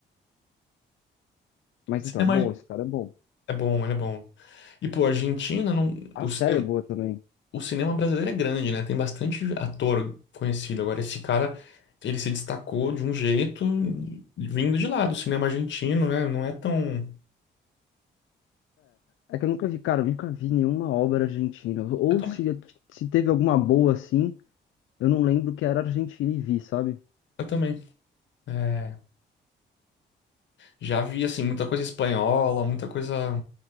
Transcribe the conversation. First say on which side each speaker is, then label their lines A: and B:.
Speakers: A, on the left (about 85°); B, on the left (about 70°).
A: Mas
B: Cinema
A: então, é bom, esse cara é bom.
B: é bom, ele é bom. E, pô, a Argentina, não...
A: A
B: o,
A: série
B: cine-
A: é boa também.
B: o cinema brasileiro é grande, né? Tem bastante ator conhecido. Agora, esse cara, ele se destacou de um jeito vindo de lá, do cinema argentino, né? Não é tão.
A: É que eu nunca vi, cara, eu nunca vi nenhuma obra argentina. Ou
B: Eu também.
A: se, se teve alguma boa assim, eu não lembro que era argentina e vi, sabe?
B: Eu também. É, Já vi, assim, muita coisa espanhola, muita coisa